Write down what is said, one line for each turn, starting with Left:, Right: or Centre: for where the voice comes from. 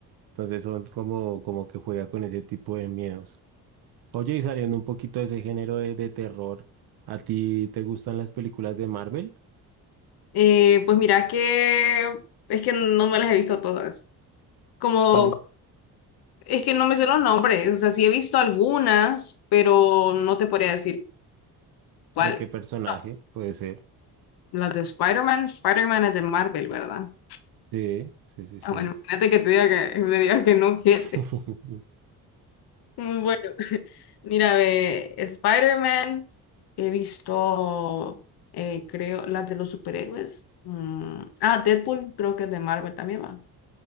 Right: Entonces son como, como que juega con ese tipo de miedos. Oye, y saliendo un poquito de ese género de, de terror, ¿a ti te gustan las películas de Marvel?
Left: Eh, pues mira que es que no me las he visto todas. Como,
Right: ¿Cuál es,
Left: Es que no me sé los nombres, o sea, sí he visto algunas, pero no te podría decir cuál.
Right: de qué personaje
Left: No.
Right: puede ser?
Left: Las de Spider-Man, Spider-Man es de Marvel, ¿verdad? <laughs>
Right: Sí, sí, sí,
Left: Ah,
Right: sí.
Left: bueno, imagínate que te diga que me digas que no, siete.
Right: <laughs>
Left: Mm, Bueno, <laughs> mira, ve, Spider-Man, he visto, eh, creo, las de los superhéroes. Mm, ah, Deadpool, creo que es de Marvel también va.